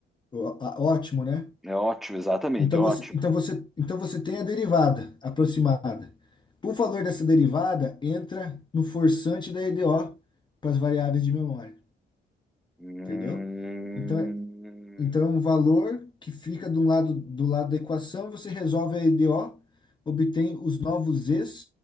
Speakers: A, on the left (about 25°); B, in the centre.
A: Ó- ó- Ótimo, né?
B: É ótimo, exatamente,
A: Então
B: ótimo.
A: você, então você, então você tem a derivada aproximada. O valor dessa derivada entra no forçante da EDO para as variáveis de memória,
B: Hum,
A: entendeu? Então, é- então é um valor que fica do lado, do lado da equação, você resolve a EDO, obtém os novos z